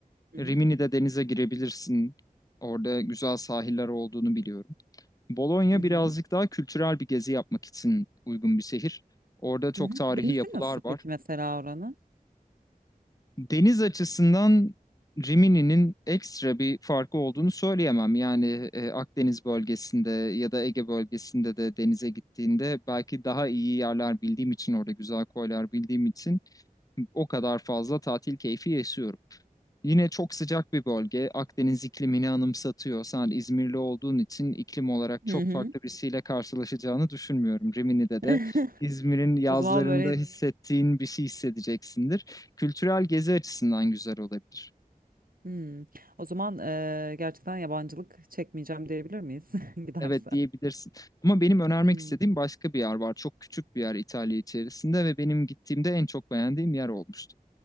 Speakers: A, on the right; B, on the left.
A: Hı hı.
B: Rimini'de denize girebilirsin. Orada güzel sahiller olduğunu biliyorum. Bologna
A: Hı hı.
B: birazcık daha kültürel bir gezi yapmak için uygun bir şehir. Orada çok
A: Hı hı.
B: tarihi
A: Denizi
B: yapılar
A: nasıl peki
B: var.
A: mesela oranın?
B: Deniz açısından Rimini'nin ekstra bir farkı olduğunu söyleyemem. Yani e, Akdeniz bölgesinde ya da Ege bölgesinde de denize gittiğinde belki daha iyi yerler bildiğim için orada güzel koylar bildiğim için o kadar fazla tatil keyfi yaşıyorum. Yine çok sıcak bir bölge. Akdeniz iklimini anımsatıyor. Sen İzmirli olduğun için iklim olarak
A: Hı
B: çok
A: hı.
B: farklı birisiyle karşılaşacağını düşünmüyorum. Rimini'de
A: <laughs>
B: de İzmir'in yazlarında
A: O zaman böyle
B: hissettiğin bir şey hissedeceksindir. Kültürel gezi açısından güzel olabilir.
A: Hmm. O zaman eee, gerçekten yabancılık çekmeyeceğim diyebilir miyiz <laughs> giderse?
B: Evet diyebilirsin. Ama benim önermek
A: Hmm.
B: istediğim başka bir yer var. Çok küçük bir yer İtalya içerisinde ve benim gittiğimde en çok beğendiğim yer olmuştu.